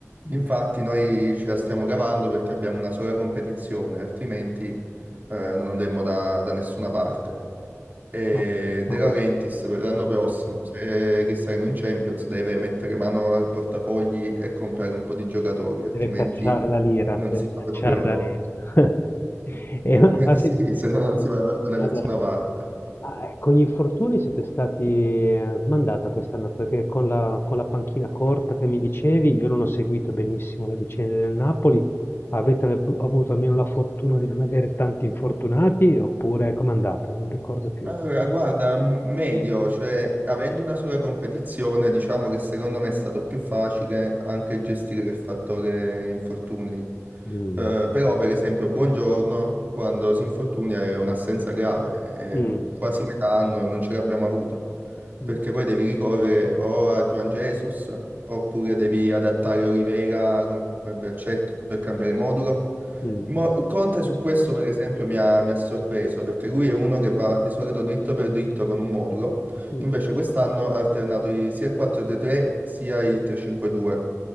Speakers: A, on the left; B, on the right.
A: Mm.
B: Infatti noi ce la stiamo cavando perché abbiamo una sola competizione, altrimenti eh, non andremmo da, da nessuna parte. E
A: Ma,
B: De
A: ma
B: Laurentiis
A: questo.
B: per l'anno prossimo, se che saremo in Champions, deve mettere mano al portafogli e comprare un po' di giocatori, altrimenti
A: Deve cacciare la lira,
B: non
A: deve
B: si va
A: cacciare
B: proprio,
A: la lira. <laughs>
B: <laughs>
A: E ma-
B: Eh
A: ma
B: sì,
A: se-
B: se no non si va proprio da
A: adesso,
B: nessuna parte.
A: ma, eh, con gli infortuni siete stati eh, smandata quest'anno perché con la, con la panchina corta che mi dicevi, io non ho seguito benissimo la vicenda del Napoli. Avete av- avuto almeno la fortuna di non avere tanti infortunati oppure com'è andata? Non ricordo più.
B: Allora, guarda, m- medio, cioè avendo una sola competizione, diciamo che secondo me è stato più facile anche gestire il fattore infortuni.
A: Mm,
B: Eh, però, per esempio, Buongiorno, quando si infortuna è un'assenza grave, e
A: mm,
B: quasi metà anno non ce l'abbiamo avuto,
A: mm,
B: perché poi devi ricorrere o a Juan Jesus, oppure devi adattare Oliveira come braccetto per cambiare modulo.
A: mm,
B: Mo- Conte su questo, per esempio, mi ha, mi ha sorpreso perché lui è uno che va di solito dritto per dritto con un modulo,
A: mm,
B: invece quest'anno ha alternato i- sia il 4-3-3 sia il 3-5-2